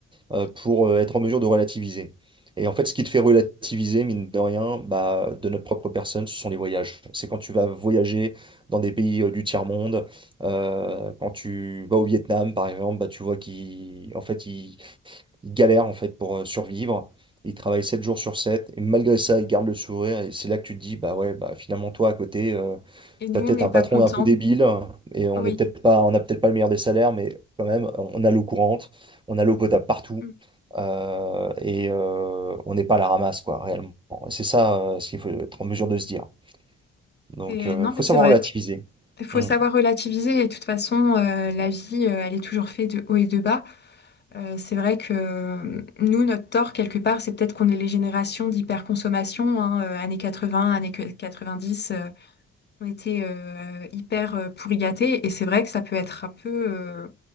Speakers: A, on the right; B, on the left.
A: euh,
B: Oui.
A: pour euh, être en mesure de relativiser. Et en fait, ce qui te fait relativiser, mine de rien, bah, de notre propre personne, ce sont les voyages. C'est quand tu vas voyager dans des pays euh, du tiers-monde, euh, quand tu vas au Vietnam, par exemple, bah, tu vois qu'ils, en fait, ils, ils galèrent en fait pour euh, survivre. Ils travaillent 7 jours sur 7 et malgré ça, ils gardent le sourire. Et c'est là que tu te dis, bah ouais, bah finalement, toi, à côté, euh,
B: Et nous,
A: T'as peut-être
B: on n'est
A: un
B: pas
A: patron
B: contents.
A: un peu débile et on
B: Oui.
A: n'est peut-être pas, on n'a peut-être pas le meilleur des salaires, mais quand même, on a l'eau courante, on a l'eau potable partout
B: Mm.
A: euh, et euh, on n'est pas à la ramasse, quoi, réellement. Et C'est ça euh, ce qu'il faut être en mesure de se dire. Donc,
B: C'est-
A: euh,
B: Non,
A: faut
B: mais c'est
A: savoir
B: vrai.
A: relativiser.
B: Il faut
A: Mmh.
B: savoir relativiser. Et de toute façon, euh, la vie, euh, elle est toujours faite de haut et de bas. Euh, c'est vrai que euh, nous, notre tort, quelque part, c'est peut-être qu'on est les générations d'hyperconsommation, hein, euh, années 80, années que- dix euh, on était euh, hyper euh, pourri gâtés, et c'est vrai que ça peut être un peu, euh,